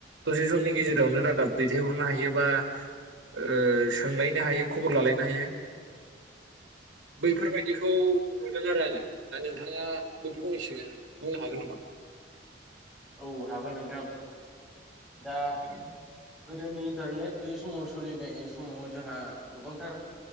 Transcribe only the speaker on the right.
दसे समनि गेजेरावनो रादाब दैथायहरनो हायो बा ओ सोंलायनो हायो खबर लालायनो हायो। बैफोरबायदिखौ नुदों आरो आङो दा नोंथांङााबो फंनैसो बुंनो हागोन नामा।
<inaudible>